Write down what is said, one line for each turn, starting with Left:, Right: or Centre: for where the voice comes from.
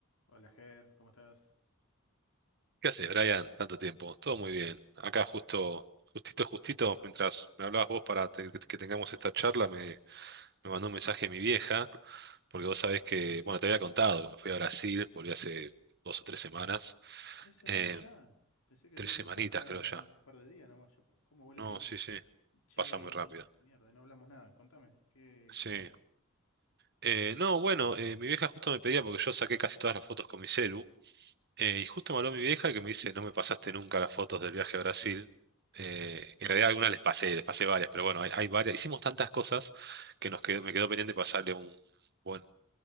Left: Hola, Ger, ¿cómo estás?
Right: ¿Qué haces, Brian? Tanto tiempo. Todo muy bien. Acá justo, justito, justito, mientras me hablabas vos para te- que tengamos esta charla, me, me mandó un mensaje mi vieja, porque vos sabés
Left: Ujú.
Right: que, bueno, te había contado que me fui a Brasil, volví hace dos o tres semanas.
Left: Tres semanas
Right: Eh,
Left: ya. Pensé que
Right: tres
Left: había
Right: semanitas
Left: vuelto hacía
Right: creo ya.
Left: un par de días nomás. Yo- ¿Cómo vuela
Right: No,
Left: el tiempo?
Right: sí, sí.
Left: Che,
Right: Pasa muy
Left: y-
Right: rápido.
Left: mierda, y no hablamos nada. Contame, ¿qué,
Right: Sí.
Left: qué onda?
Right: Eh, no, bueno, eh, mi vieja justo me pedía, porque yo saqué casi todas las fotos con mi celu. Eh, y justo me habló mi vieja que me dice, no me pasaste nunca las fotos del viaje a Brasil.
Left: <laughs>
Right: Eh, en realidad algunas les pasé, les pasé varias, pero bueno, hay, hay varias. Hicimos tantas cosas que nos quedó, me quedó pendiente pasarle un buen,